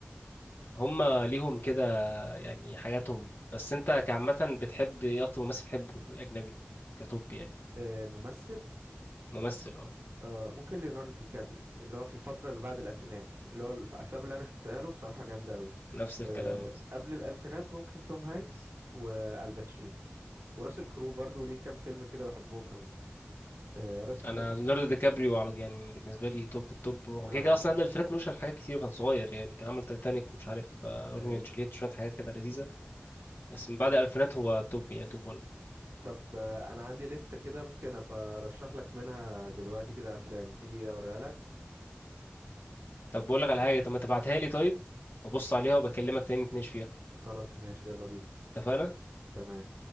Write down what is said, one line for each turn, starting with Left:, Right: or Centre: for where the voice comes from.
Left: هم ليهم كده يعني حاجاتهم بس انت كعامة بتحب ايه اكتر ممثل تحبه اجنبي كتوب يعني
Right: آه، ممثل
Left: ممثل اه
Right: آه ممكن ليوناردو دي كابريو اللي هو في الفترة اللي بعد الألفينات اللي هو الأفلام اللي أنا شفتها له بصراحة جامدة أوي
Left: نفس الكلام
Right: آه قبل الألفينات ممكن توم هانكس والباتشينو وراسل كرو برضو ليه كام فيلم كده بحبهم أوي آه راسل
Left: انا
Right: كرو
Left: ليوناردو دي كابريو على يعني بالنسبه لي توب التوب هو
Right: آه
Left: كده كده اصلا قبل الفيلم مش في حاجات كتير كان صغير يعني كان عمل تايتانيك ومش عارف آه،
Right: هاي.
Left: روميو اند جولييت شويه حاجات كده لذيذه بس من بعد الالفينات هو توب يعني توب 1
Right: طب آه أنا عندي لستة كده ممكن أبقى أرشح لك منها دلوقتي كده أفلام تيجي أوريها لك
Left: طب بقول لك على حاجه طب ما تبعتها لي طيب ابص عليها وبكلمك تاني نتناقش فيها
Right: خلاص ماشي يلا بينا
Left: اتفقنا
Right: تمام